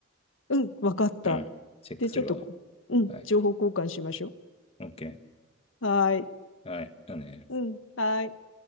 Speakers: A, on the left; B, on the left.
A: うん、わかった。
B: うん。チェックするわ。
A: で、ちょっとこう、うん、
B: はい。
A: 情報交換しましょ
B: オッケ
A: う。はーい。
B: ー。はい。だね。
A: うん、はーい。